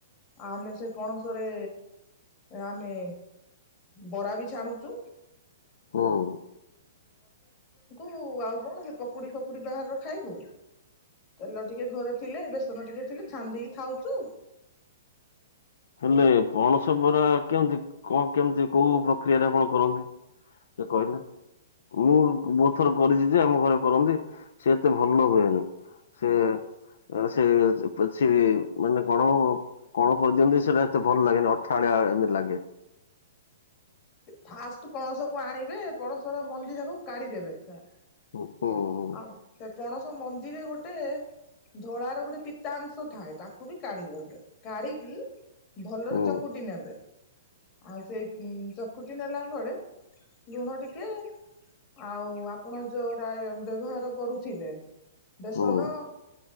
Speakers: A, on the left; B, on the left.
A: ଆମେ ସେ ପଣସରେ ଆମେ ବରା ବି। ଛାଣୁଚୁ।
B: ହୁଁ।
A: ଉ ଆଉ କଣ କି ପକୁଡି ଫକୁଡି ବାହାରର ଖାଇବୁ। ତେଲ ଟିକେ ଘରେ ଥିଲେ, ବେସନ ଟିକେ ଥିଲେ ଛାଣୀ ଦେଇକି ଖାଉଛୁ।
B: ହେଲେ ପଣସ ବରା କେମତି କଣ କେମିତି କୋଉ ପ୍ରକ୍ରିୟାରେ ଆପଣ କରନ୍ତି? ସେ କହିଲେ। ମୁଁ ବହୁତ୍ ଥର କରିଛି ଯେ ଆମ ଘରେ କରନ୍ତି। ସେ ଏତେ ଭଲ ହୁଏନି। ସେ ସେ ପେଲ୍ ସିଲି ମାନେ କଣ? କଣ କରିଦିଅନ୍ତି ସେଇଟା ଏତେ ଭଲ୍ ଲାଗେନି ଅଠାଳିଆ ଏମିତି ଲାଗେ।
A: ଫାଷ୍ଟ ପଣସକୁ ଆଣିବେ ପଣସର ମଞ୍ଜି ଯାକୁ କାଢିଦେବେ ସାର୍।
B: ହୁଁ ହୁଁ
A: ଆଉ ସେ ପଣସ ମଞ୍ଜିରେ ଗୋଟେ ଧଳାର ଗୋଟେ ପିତାଂଶ ଥାଏ। ତାକୁ ବି କାଢିଦେବେ। କାଢିକି ଭଲରେ
B: ହୁଁ
A: ଚକୁଟି ନେବେ। ଆଉ ସେଇ ଉଁ ଚ କୁଟି ନେଲା ପରେ ଲୁଣ ଟିକେ ଆଉ ଆପଣ ଯୋଉଟା ଏ ଅ ବ୍ୟବହାର କରୁଥିବେ ବେସନ
B: ହୁଁ